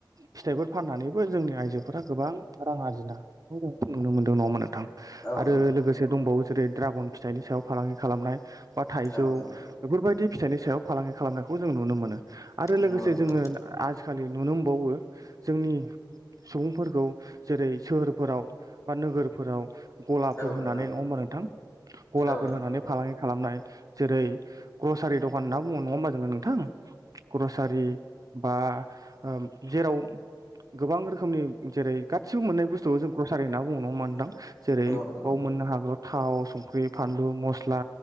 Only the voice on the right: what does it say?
फिथाइफोर फाननानैबो जोंनि आइजोफोरा गोबां रां आरजिनाखौ जों नुनो मोनदों नङो होनबा नोंथां आरो
लोगोसे दंबावो जेरै ड्रागन फिथाइनि सायाव फालांगि खालामनाय। बा थाइजौ
बेफोरबायदि फिथाइनि सायाव फालांगि खालामनायखौ जों नुनो मोनो। आरो लोगोसे
जोङो आजिखालि नुनो मोनबावो जोंनि सुबुंफोरखौ जेरै सोहोरफोराव बा नोगोरफोराव गलाफोर
होनानै
नङा होनबा नोंथां गलाफोर
होनानै फालांगि खालामनाय जेरै ग्रसारि दखान होनना बुङो नङा होम्बा जोङो नोंथां ग्रसारि बा ओ जेराव गोबां रोखोमनि जेरै गाथसिबो मोननाय बुस्थु जों ग्रसारि होनना बुङो नङा होम्बा नोंथां जेरै
बाव मोननो हागो थाव संख्रि फानलु मस्ला